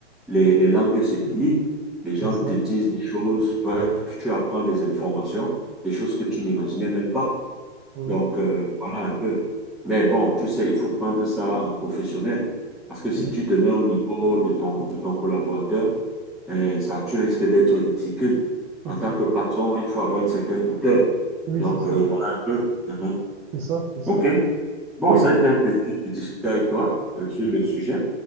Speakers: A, in the centre; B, on the right.
A: les, les langues se délient. Les gens
B: c'est ça.
A: te disent des choses, bref, tu apprends des informations, des choses que tu n'imaginais même pas.
B: Oui,
A: Donc, euh, voilà un peu. Mais bon, tu sais, il faut prendre ça en professionnel. Parce que si
B: oui,
A: tu te mets au niveau de ton, de ton collaborateur, euh, ça, tu risques d'être ridicule.
B: c'est
A: En tant
B: ça.
A: que patron, il faut avoir une certaine hauteur.
B: Oui,
A: Donc,
B: c'est ça.
A: euh, voilà un peu. Mhm.
B: C'est ça, c'est ça.
A: OK. Bon,
B: Oui,
A: ça a été un plaisir de discuter avec toi euh, sur le sujet